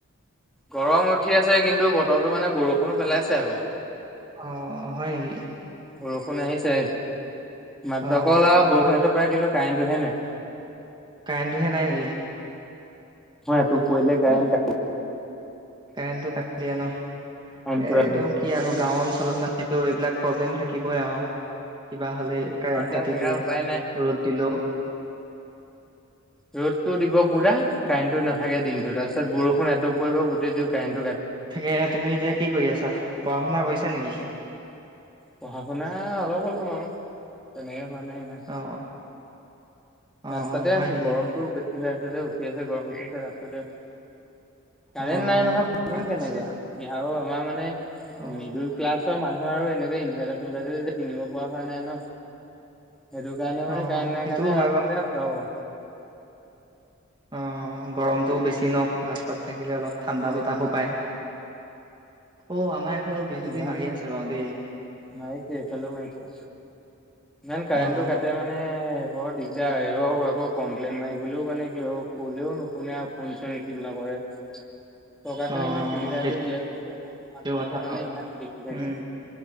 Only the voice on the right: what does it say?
অ হয় নেকি
অ',
কাৰেনটো হে নাই নেকি
কাৰেণ্টটো কাটি দিয়া ন
এটো
কি আৰু গাও অঞ্চলত ন সেইটো এইবিলাক প্ৰব্লেম থাকিবই আৰু কিব হ'লে কাৰেণ্ট
কাটি
দিয়ে
ৰ'দ দিলো
তাকে তুমি এতিয়া কি কৰি আছা পঢ়া শুনা কৰিছা নেকি
অ অ
অ হয়
নেকি
অ
আচ্ছা
অ
অ
সেইটোও
হয়
বাৰু
আহ গৰমটোও বেছি ন ৰাস্তাত থাকিলে অলপ
ঠাণ্ডা
বতাহো পায় অ আমাৰ এইফালে বিজুলী
মাৰি আছে বাৰু দেই
অ
<inaudible>
অ
সেইটো
কথা
ন
উম